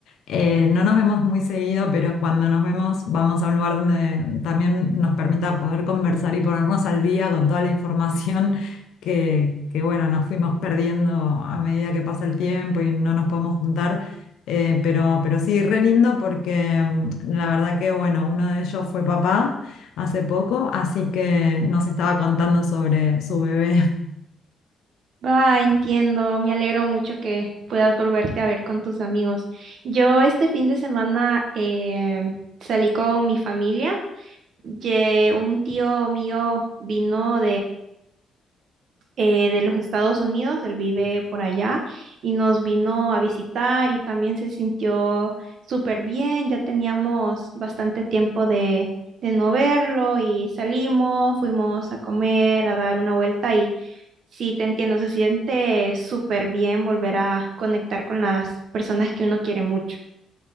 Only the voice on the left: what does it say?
eh, no nos vemos muy seguido, pero cuando nos vemos vamos a un lugar donde también nos permita poder conversar y ponernos al día con toda la información que, que, bueno, nos fuimos perdiendo a medida que pasa el tiempo y no nos podemos juntar. eh, pero, pero sí, re lindo porque mm, la verdad que, bueno, uno de ellos fue papá hace poco, así que nos estaba contando sobre su bebé.